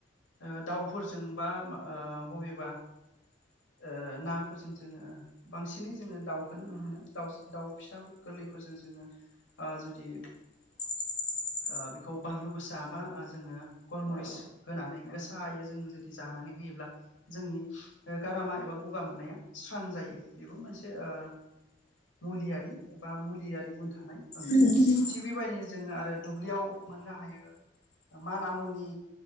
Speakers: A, on the left (about 90°); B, on the left (about 40°).
A: आ दाउफोरजों बा आ बबेबा ओ नाफोरजों जोङो बांसिनै जोङो दाउखौ नुनो मोनो दा-दाउ फिसा गोरलैफोरजों जोङो आ जुदि
B: <inaudible>
A: ओ बेखौ बानलु गोसा बा जोङो गलमरिस होनानै गोसायै जों जुदि जानानै होयोब्ला जोंनि गारामा एबा गगा मोननाया स्रां जायो बेबो मोनसे ओ मुलियारि बा मुलियारि गुन थानाय ओंख्रि।
B: उम उम
A: थिग बेबायदिनो जोङो आरो दुब्लियाव मोननो हायो। मान मुनि